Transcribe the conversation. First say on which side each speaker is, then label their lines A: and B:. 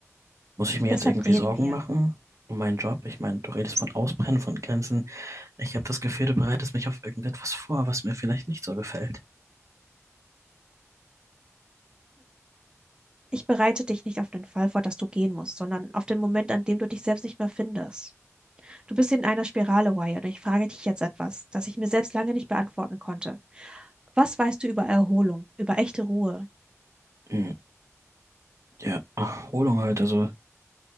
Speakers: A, on the right; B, on the right.
A: Muss ich mir jetzt
B: Deshalb
A: irgendwie
B: reden
A: Sorgen
B: wir.
A: machen um meinen Job? Ich meine, du redest von Ausbrennen, von Grenzen. Ich habe das Gefühl, du bereitest mich auf irgendetwas vor, was mir vielleicht nicht so gefällt.
B: Ich bereite dich nicht auf den Fall vor, dass du gehen musst, sondern auf den Moment, an dem du dich selbst nicht mehr findest. Du bist in einer Spirale, Wyatt, und ich frage dich jetzt etwas, das ich mir selbst lange nicht beantworten konnte. Was weißt du über Erholung, über echte Ruhe?
A: Hm, Ja, Erholung halt. Also,